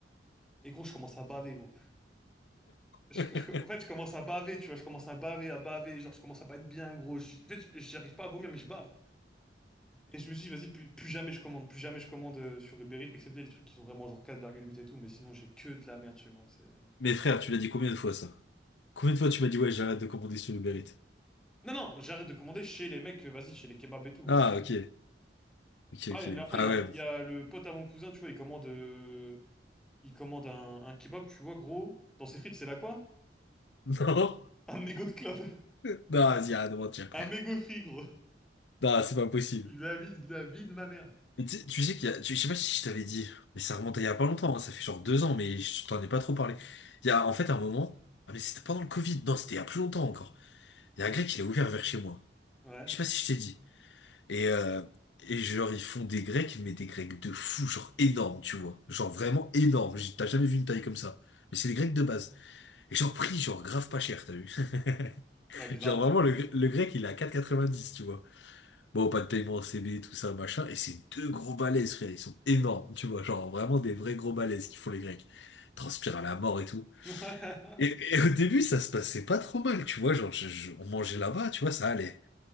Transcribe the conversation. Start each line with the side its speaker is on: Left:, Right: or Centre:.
Centre: Et gros, je commence à baver, gros. Je-
Left: <laughs>
Centre: je- en fait, je commence à baver, tu vois. Je commence à baver, à baver. Genre, je commence à pas être bien, gros. Je- en fait, j'arrive pas à vomir, mais je bave. Et je me suis dit, vas-y, plus, plus jamais je commande. Plus jamais je commande euh, sur Uber Eats, excepté les trucs qui sont vraiment genre quatre virgule huit et tout. Mais sinon, j'ai que de la merde chez moi. C'est...
Left: Mais frère, tu l'as dit combien de fois, ça? Combien de fois tu m'as dit, ouais, j'arrête de commander sur Uber Eats?
Centre: Non, non, j'arrête de commander chez les mecs, euh, vas-y, chez les kebabs et tout, vas-y,
Left: Ah,
Centre: c'est
Left: ok.
Centre: bon.
Left: Ok,
Centre: Pareil,
Left: ok.
Centre: la dernière fois,
Left: Ah
Centre: il y a,
Left: ouais.
Centre: un-
Left: bon.
Centre: il y a le pote à mon cousin, tu vois, il commande, euh, il commande un, un kebab, tu vois, gros, dans ses frites, c'est là quoi?
Left: <laughs> Non.
Centre: Un mégot de clope. <laughs>
Left: Non, vas-y, arrête de mentir, frère.
Centre: Un mégot de frit, gros.
Left: Non, c'est pas possible.
Centre: Je La vie, la vie de ma mère.
Left: Mais Tu sais tu sais qu'il y a, tu- je sais pas si je t'avais dit, mais ça remonte à il y a pas longtemps, hein, ça fait genre deux ans, mais je t'en ai pas trop parlé. Il y a en fait un moment, ah mais c'était pendant le Covid, non, c'était il y a plus longtemps encore. Il y a un grec, il a ouvert vers chez moi.
Centre: Ouais,
Left: Je sais pas si je t'ai dit. Et, euh, et genre, ils font des grecs, mais des grecs de fou, genre énormes, tu vois. Genre vraiment énormes, J- t'as jamais vu une taille comme ça. Mais c'est des grecs de base. Et genre prix, genre grave pas cher, t'as vu. <laughs>
Centre: ouais, bizarrement.
Left: Genre vraiment, le, gre- le grec, il est à dix tu vois. Bon, pas de paiement en CB, tout ça, machin. Et c'est deux gros balaises, frère. Ils sont énormes, tu vois. Genre, vraiment des vrais gros balaises qui font les Grecs. Ils Transpirent à la mort et tout.
Centre: ouais. <laughs>
Left: Et, et au début, ça se passait pas trop mal, tu vois. Genre, je- je- on mangeait là-bas, tu vois, ça allait.